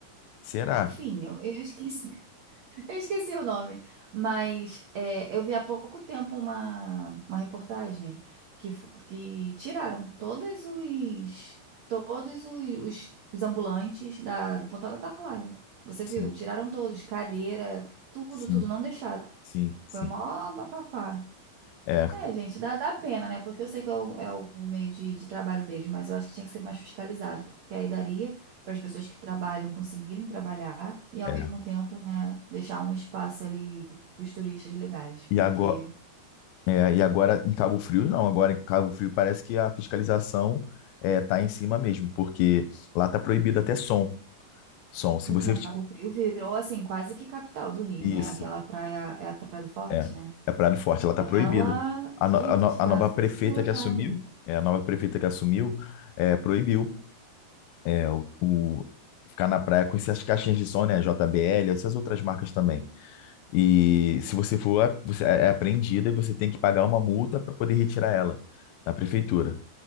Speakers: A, on the left; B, on the right.
A: Será?
B: Enfim, eu, eu esqueci, <laughs> eu esqueci o nome, mas é, eu vi há pouco tempo uma, uma reportagem que, f- que tiraram todos os todos os, os ambulantes da, do Pontal da Atalaia. Você viu?
A: Sim,
B: Tiraram todos, cadeira, tudo,
A: sim,
B: tudo, não deixaram.
A: sim, sim.
B: Foi mó bafafá.
A: É,
B: É, gente, dá, dá pena, né? Porque eu sei que é o, é o meio de, de trabalho deles, mas eu acho que tinha que ser mais fiscalizado, porque aí daria para as pessoas que trabalham conseguirem trabalhar e, ao
A: é.
B: mesmo tempo, né, deixar um espaço ali para os turistas legais.
A: E
B: Porque,
A: agora, é, e agora em Cabo Frio, não. Agora em Cabo Frio parece que a fiscalização é, tá em cima mesmo, porque lá tá proibido até som. Som. Se
B: gente,
A: você.
B: mas Cabo Frio virou, assim, quase que capital do Rio,
A: Isso.
B: né? Aquela praia, é a Praia do Forte,
A: É,
B: né?
A: é Praia do Forte, ela está
B: Ela,
A: proibida. A, no-
B: gente,
A: a no- a
B: tá
A: nova
B: super
A: prefeita
B: lotada.
A: que assumiu, é, a nova prefeita que assumiu, é, proibiu é, o, o- ficar na praia com essas caixinhas de som, né, JBL, essas outras marcas também. E se você for, a- você é é apreendida e você tem que pagar uma multa para poder retirar ela da prefeitura.